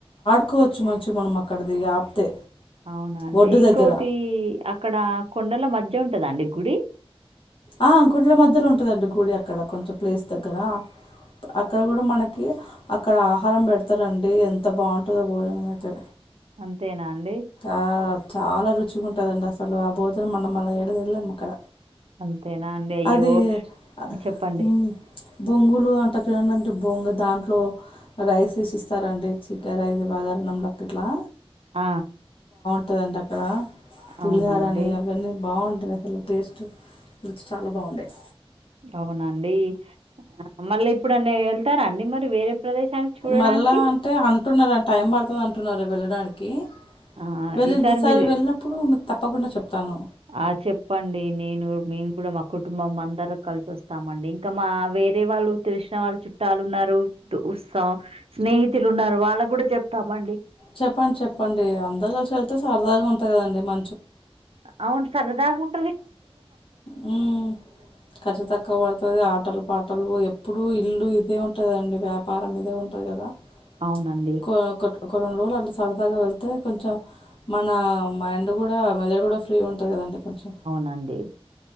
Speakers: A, on the left (about 60°); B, on the right (about 70°).
A: క్కువచ్చు మంచిగా మనం అక్కడ దిగి ఆపితే
B: అవునా అండి
A: ఒడ్డు
B: ఇంకోటి
A: దగ్గర
B: అక్కడ కొండల మధ్య ఉంటద అండి గుడి
A: ఆ కొండల మధ్యలో ఉంటదండి గుడి అక్కడ కొంచెం ప్లేస్ దగ్గర అక్కడ కూడా మనకి అక్కడ ఆహారం పెడతారండి ఎంత బావుంటదో భోజనం అయితే
B: అంతేనా అండి
A: ఆ చాలా రుచిగా ఉంటదండి అసలు ఆ భోజనం మనం మళ్ళీ ఏడదిన్లేము అక్కడ
B: అంతేనా అండి అయ్యో
A: అది ఆ,
B: చెప్పండి
A: మ్, బొంగులు అంటారు కద అండి అంటే బొంగ దాంట్లో రైస్ వేసి ఇస్తారండి చికెన్ రైస్ బగా అన్నం లోకి గిట్లా
B: ఆ
A: ఉంటదండి అక్కడ పులిహార
B: అవునండి.
A: అని అవన్నీ బావుంటాయి అసలు టేస్ట్ రుచి చాలా బావుంటయ్
B: అవునండి. ఆహ్, మళ్ళీ ఎప్పుడన్న ఎళ్తారాండి మరి వేరే ప్రదేశానికి చూడడానికి?
A: మళ్ళా అంటే అంటున్నారు టైం పడుతది అంటున్నారు వెళ్ళడానికి
B: ఆ!
A: వెళ్ళి ఈసారి
B: మీరు
A: వెళ్ళినప్పుడు మీకు తప్పకుండా చెప్తాను
B: ఆ చెప్పండి నేను మేము కూడా మా కుటుంబం అందరు కలిసి వస్తామండి ఇంకా మా వే వేరే వాళ్ళు తెలిసిన వాళ్ళు చుట్టాలు ఉన్నారు వు సా స్నేహితులు ఉన్నారు వాళ్ళకి గూడా చెప్తామండి
A: చెప్పండి చెప్పండి అందరు కలిసి ఎళ్తే సరదాగా ఉంటది కదండి మ
B: అవును సరదాగున్
A: మ్ ఖర్చు తక్కువ పడుతది ఆటలు పాటలు ఎ ప్పుడు ఇల్లు ఇదే ఉంటదండి వ్యాపారం ఇదే ఉంటది కదా
B: అవునండి
A: ఒక ఒక ఒక రెండు రోజులు అట్ల సరదాగా వెళ్తే కొంచెం మన మైండ్ గుడా మెదడు గుడా ఫ్రీ ఉంటుంది గదండి కొంచం
B: నండి